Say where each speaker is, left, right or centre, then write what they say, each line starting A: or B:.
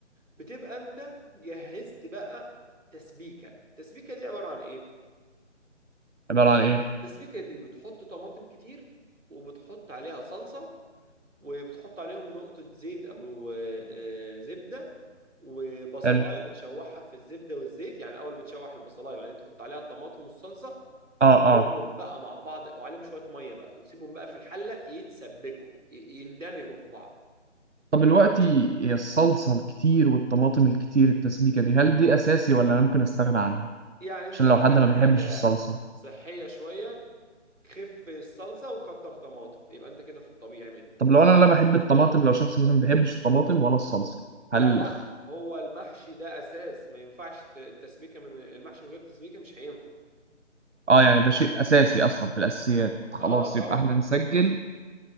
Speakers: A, on the right; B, on the right.
A: بتبقى انت جهزت بقى تسبيكه التسبيكه دي عباره عن ايه
B: عبارة عن إيه؟
A: التسبيكه دي بتحط طماطم كتير وبتحط عليها صلصه وبتحط عليهم نقطه زيت او آه، زبده وبصلايه
B: حلو
A: بتشوحها في الزبده والزيت يعني الاول بتشوح البصلايه بعدين تحط عليها الطماطم والصلصه
B: آه
A: وتسيبهم
B: آه
A: بقى مع بعض وعليهم شويه ميه بقى وتسيبهم بقى في الحله يتسبكوا ي- يندمجوا في بعض
B: طب دلوقتي هي الصلصة الكتير والطماطم الكتير التسبيكة دي هل دي أساسي ولا أنا ممكن أستغنى عنها؟
A: يعني انت
B: عشان
A: لو
B: لو حد
A: عايز
B: ما بيحبش
A: حاجه
B: الصلصة
A: صحيه شويه خف الصلصه وكتر طماطم يبقى انت كده في الطبيعي منه
B: طب لو أنا لا بحب الطماطم لو شخص مثلا ما بيحبش الطماطم ولا الصلصة
A: لا
B: هل
A: لا هو المحشي ده اساس ما ينفعش ت- التسبيكه من المحشي من غير تسبيكه مش هينفع
B: آه يعني ده شيء أساسي أصلا في الأساسيات خلاص
A: اه طبعا
B: يبقى إحنا نسجل
A: التس-